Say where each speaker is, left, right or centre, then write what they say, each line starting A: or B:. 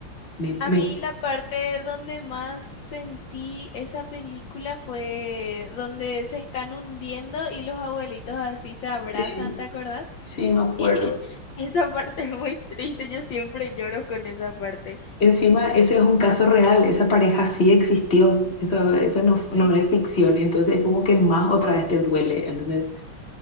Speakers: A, on the left; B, on the left.
A: Me,
B: A
A: me...
B: mí la parte donde más sentí esa película fue donde se están hundiendo y los abuelitos así se abrazan,
A: Sí,
B: ¿te acordás?
A: sí, me acuerdo.
B: <laughs> Esa parte es muy triste, yo siempre lloro con esa parte.
A: Encima, ese es un caso real, esa pareja sí existió, eso, eso no,
B: Sí,
A: no es ficción, entonces es como que más otra vez te duele, ¿entendés?